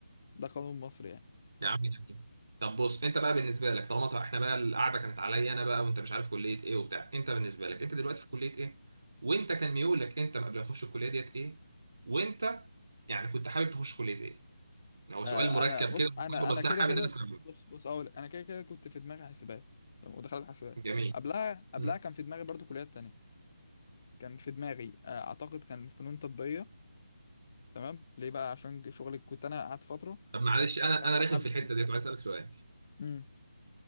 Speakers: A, on the left; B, on the right.
A: ده قانون مصري يعني
B: يا عم جميل طب بص انت بقى بالنسبه لك طالما طبعا احنا بقى القعده كانت عليا انا بقى وانت مش عارف كليه ايه وبتاع انت بالنسبه لك انت دلوقتي في كليه ايه وانت كان ميولك انت قبل ما تخش الكليه ديت ايه وانت يعني كنت حابب تخش كليه ايه يعني هو سؤال
A: آه
B: مركب
A: انا بص
B: كده
A: انا انا
B: بس
A: كده
B: انا حابب
A: كده
B: ان انا اسمع منك
A: بص بص اقول لك انا كده كده كنت في دماغي حسابات تمام ودخلت حسابات
B: جميل
A: قبلها قبلها
B: مم.
A: كان في دماغي برضو كليات تانية كان في دماغي آه اعتقد كان فنون تطبيقية تمام ليه بقى عشان شغلي كنت انا قعدت فترة
B: طب معلش انا
A: شغال
B: انا رخم
A: حب
B: في الحته ديت وعايز اسالك سؤال
A: امم